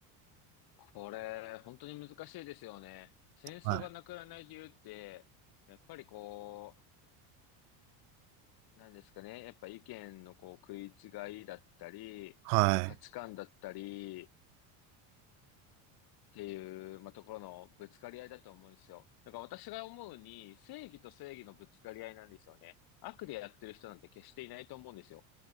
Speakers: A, on the left; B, on the right.
A: これ、本当に難しいですよね。戦争がなくならない理由って、
B: はい。
A: やっぱりこう、なんですかね。やっぱ意見のこう食い違いだったり、
B: はい。
A: まあ、価値観だったりっていう、まあ、ところのぶつかり合いだと思うんですよ。だから私が思うに、正義と正義のぶつかり合いなんですよね。悪でやってる人なんて決していないと思うんですよ。